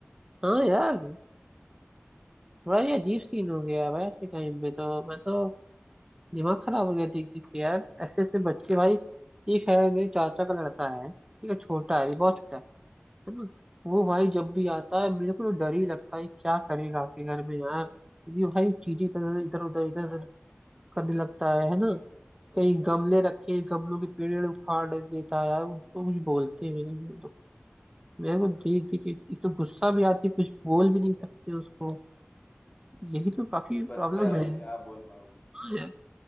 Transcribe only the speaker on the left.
भाई बच्चा
है
क्या बोल पाओगे यार